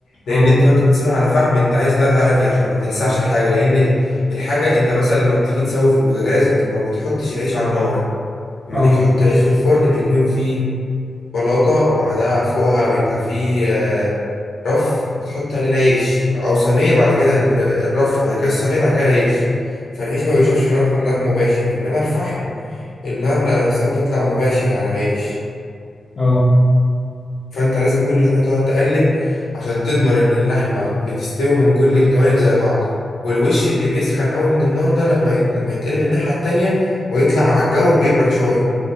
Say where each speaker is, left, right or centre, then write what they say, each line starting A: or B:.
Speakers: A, on the left; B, on the left.
A: لأن
B: اه
A: أنت وأنت بتسوي على فحم أنت عايز نار هادية عشان ما تلسعش الحاجة لأن ال- الحاجة أنت مثلا لما بتيجي تسوي في البوتاجاز أنت ما بتحطش العيش على النار لما
B: اه
A: تيجي تحط العيش في الفرن بيكون فيه بلاطة وبعدها فوقها بيبقى فيه آه، رف بتحط عليه العيش أو صينية بعد كده ال- الرف بعد كده الصينية بعد كده العيش فالعيش ما بيشوفش نار نار مباشر إنما الفحم النار نفسها بتطلع مباشر على العيش
B: اه
A: فانت لازم كل شويه تقعد تقلب عشان تضمن ان اللحمه بتستوي من كل الجوانب زي بعض والوش اللي بيسخن قوي من النار ده لما يت... لما يتقلب الناحيه التانية ويطلع على الجو بيبرد شويه